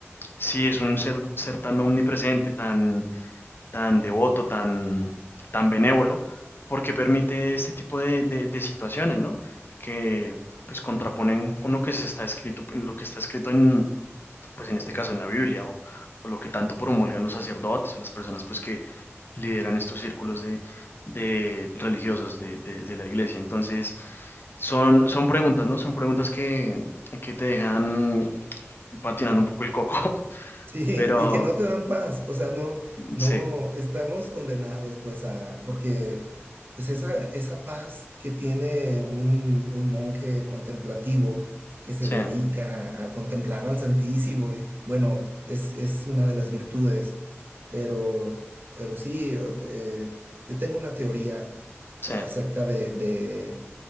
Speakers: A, on the left (about 50°); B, on the right (about 45°).
A: Si es un ser, ser tan omnipresente, tan tan devoto, tan, tan benévolo, porque permite este tipo de, de- de situaciones, ¿no? Que pues contraponen con lo que se está escrito, lo que está escrito en, pues en este caso en la Biblia, o, o lo que tanto promulgan los sacerdotes, o las personas pues que lideran estos círculos de, de religiosos de, de- de la iglesia. Entonces, son, son preguntas, ¿no? Son preguntas que, que te dejan patinando un poco el coco, <laughs>
B: Sí,
A: pero
B: y que no te dan paz. O sea, no, no,
A: sí,
B: estamos condenados, pues, a, porque, pues, esa, esa paz que tiene un, un monje contemplativo que se
A: sí,
B: dedica a contemplar al Santísimo, y, bueno, es, es una de las virtudes. Pero, pero sí, eh, yo tengo una teoría
A: sí,
B: acerca de, de,